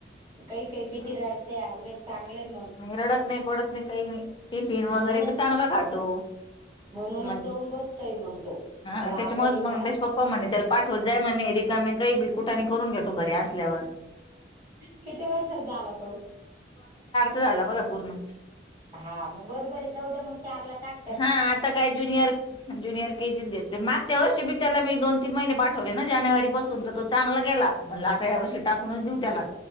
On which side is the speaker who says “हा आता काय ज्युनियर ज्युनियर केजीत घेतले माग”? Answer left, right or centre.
Left